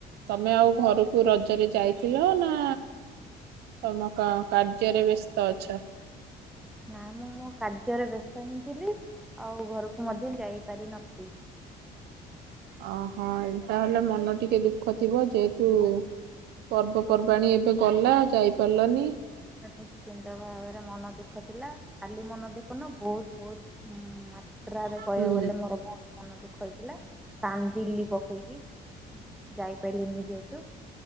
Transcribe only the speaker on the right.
ତମେ ଆଉ ଘରୁକୁ ରଜରେ ଯାଇଥିଲ ନା। ତମ କା କାର୍ଯ୍ୟରେ ବ୍ୟସ୍ତ ଅଛ।
ଅହ, ତାହେଲେ ମନ ଟିକେ ଦୁଃଖ ଥିବ ଯେହେତୁ। ପର୍ବପର୍ବାଣି ଏବେ ଗଲା ଯାଇ ପାରିଲନି।
ହୁଁ